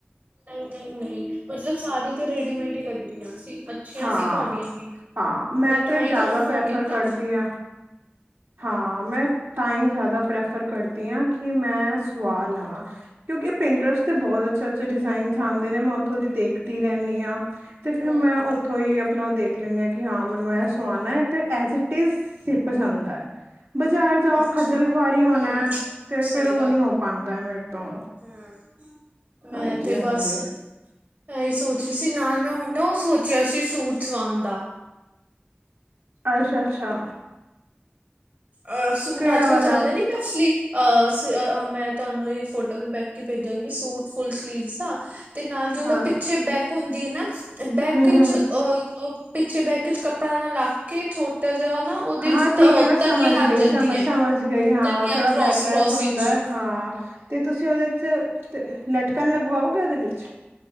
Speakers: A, on the right; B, on the right.
A: ਨਹੀਂ ਨਹੀਂ ਨਹੀਂ ਮਤਲਬ ਸਾਰੀ ਤੇ ਰੇਡੀਮੇਡ ਹੀ ਲੱਗਦੀ ਆ ਸੀ। ਅੱਛੀਆਂ
B: ਹਾਂ
A: ਸੀ ਤੁਹਾਡੀਆਂ ਵੀ
B: ਹਾਂ
A: ਮੈਂ ਤਾਂ
B: ਤੇ ਜ਼ਿਆਦਾ
A: ਹੀ ਤੁਹਾਨੂੰ ਫੋਨ
B: ਪ੍ਰੈਫਰ
A: ਕੀਤਾ।
B: ਕਰਦੀ ਹਾਂ ਹਾਂ ਮੈਂ ਤਾਂ ਹੀ ਜ਼ਿਆਦਾ ਪ੍ਰੈਫਰ ਕਰਦੀ ਹਾਂ। ਕਿ ਮੈਂ ਸੁਆਹ ਲਵਾਂ। ਕਿਉਂਕਿ ਪੇਂਟਰਸ ਤੇ ਬਹੁਤ ਅੱਛੇ ਅੱਛੇ ਡਿਜ਼ਾਇਨਸ ਆਉਦੇ ਨੇ। ਉੱਥੋਂ ਦੀ ਦੇਖਦੀ ਰਹਿੰਦੀ ਹਾਂ। ਤੇ
A: ਹਮ
B: ਫੇਰ ਮੈਂ ਉੱਥੋਂ ਹੀ। ਆਪਣਾ ਦੇਖ ਲੈਂਦੇ ਹਾਂ ਕਿ ਹਾਂ ਮੈਨੂੰ ਇਹ ਸਵਾਣਾ ਹੈ ਤੇ ਐਜ ਇਟ ਇਜ਼ ਸਿਪ ਜਾਂਦਾ ਹੈ। ਬਜ਼ਾਰ ਜਾਓ
A: ਅੱਛਾ
B: ਖੱਜਲ
A: ਹਮ
B: ਖੁਆਰੀ ਹੋਣਾ ਤੇ
A: ਸਹੀ
B: ਫੇਰ ਉਹ
A: ਗੱਲ
B: ਨੀ ਹੋ ਪਾਉਂਦਾ ਮੇਰੇ ਤੋਂ।
A: ਹੈ।
B: ਹਾਂਜੀ
A: ਮੈਂ ਤੇ
B: ਹਾਂਜੀ
A: ਬਸ। ਆਈ ਸੋਚ ਰਹੀ ਸੀ ਨਾਲ ਮੈਂ ਹੁਣ ਨਾ ਉਹ ਸੋਚਿਆ ਸੀ। ਸੂਟ ਸਵਾਉਣ ਦਾ।
B: ਅੱਛਾ ਅੱਛਾ।
A: ਅਹ ਸੂਟ
B: ਕਿਹੜਾ
A: ਅੱਜ ਕੱਲ
B: ਵਾਲਾ
A: ਚੱਲਦਾ ਨੀ ਪ ਅਸਲੀ। ਅਹ ਮੈਂ ਤੁਹਾਨੂੰ ਇਹ ਫੋਟੋ ਵੀ ਦੇਖ ਕੇ ਭੇਜਾਂਗੀ ਸੂਟ ਫੁਲ ਸਲੀਵ ਦਾ। ਤੇ ਨਾਲ ਜੋ ਉਹਦਾ
B: ਹਾਂ
A: ਪਿੱਛੇ ਬੈਕ ਹੁੰਦੀ ਹੈ। ਨਾ ਬੈਕ
B: ਹਮ
A: ਵਿੱਚ
B: ਹਮ
A: ਅ। ਪਿੱਛੇ ਬੈਕ ਚ ਕੱਪੜਾ ਨਾ ਲਗ ਕੇ ਛੋਟਾ ਜਿਹਾ ਨਾ ਉਹਦੇ
B: ਹਾਂ
A: 'ਚ।
B: ਠੀਕ ਹੈ ਮੈਂ ਸਮਝ
A: ਤਨੀਆਂ ਲੱਗ
B: ਗਈ
A: ਜਾਂਦੀਆਂ
B: ਸਮਝ ਸਮਝ ਗਈ ਹਾਂ
A: ਤਨੀਆਂ
B: ਥੋੜ੍ਹਾ
A: ਕਰੋਸ
B: ਬੈਕਲੈਸ
A: ਕਰੋਸ
B: ਹੁੰਦਾ
A: ਵਿੱਚ
B: ਹਾਂ ਤੇ ਤੁਸੀਂ ਉਹਦੇ। 'ਚ ਤੇ ਲਟਕਣ ਲਗਵਾਓਗੇ ਉਹਦੇ ਵਿੱਚ।